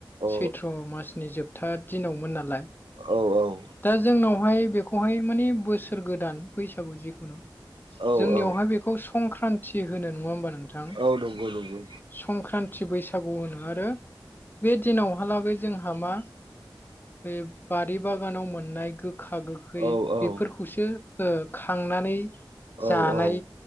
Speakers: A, on the right (about 85°); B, on the left (about 25°).
A: औ
B: सैथ्र' मासनि जोबथा दिनावमोन नालाय।
A: औ औ।
B: दा जोंनावहाय बेखौहाय माने बोसोर गोदान बैसागु जिखुनु
A: औ
B: जोंनियावहाय
A: औ
B: बेखौ संक्रान्ति होनो नङा होमबा नङा
A: औ नंगौ
B: <inaudible>
A: नंगौ
B: संक्रान्ति बैसागु होनो आरो बे दिनावहालागै जोंहा मा बे बारि बागानाव मोननाय गोखा गोखै
A: औ औ
B: बेफोरखौसो खांनानै
A: औ
B: जानाय
A: औ